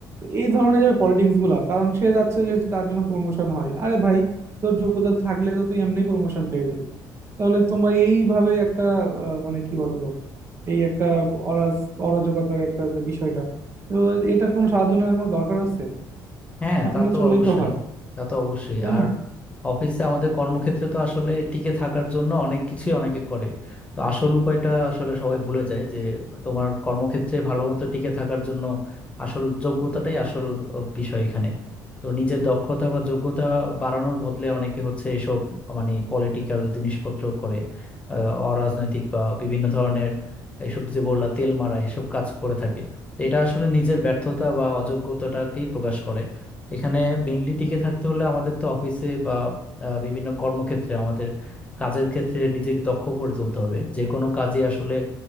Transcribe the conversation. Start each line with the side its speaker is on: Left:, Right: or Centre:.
Right: এই ধরনের যে পলিটিক্স গুলা কারণ সে চাচ্ছে যে তার জন্য প্রমোশন হয় আরে ভাই তোর যোগ্যতা থাকলে তো তুই এমনি প্রমোশন পেয়ে যাবি তাহলে তোমার এইভাবে একটা আহ, মানে কি বলবো এই একটা অরাজ অরাজকতার একটা যে বিষয়টা তো এটার কোনো সাহায্য নেওয়ার কোনো দরকার আছে
Left: হ্যাঁ
Right: এমনি
Left: তা তো
Right: চললেই
Left: অবশ্যই
Right: তো হয়
Left: তা তো অবশ্যই
Right: তাই
Left: আর
Right: না
Left: অফিসে আমাদের কর্মক্ষেত্রে তো আসলে টিকে থাকার জন্য অনেক কিছুই অনেকে করে তো আসল উপায়টা আসলে সবাই ভুলে যায় যে তোমার কর্মক্ষেত্রে ভালো মতো টিকে থাকার জন্য আসল যোগ্যতাটাই আসল আহ, বিষয় এখানে তো নিজের দক্ষতা বা যোগ্যতা বাড়ানোর বদলে অনেকে হচ্ছে এসব মানে পলিটিক্যাল জিনিসপত্র করে আহ, অরাজনৈতিক বা বিভিন্ন ধরনের এসব যে বললা তেল মারা এসব কাজ করে থাকে তো এটা আসলে নিজের ব্যর্থতা বা অযোগ্যতাটাকেই প্রকাশ করে এখানে বেঙ্গলি টিকে থাকতে হলে আমাদের তো অফিসে বা আহ, বিভিন্ন কর্মক্ষেত্রে আমাদের কাজের ক্ষেত্রে নিজেকে দক্ষ করে তুলতে হবে যে কোনো কাজে আসলে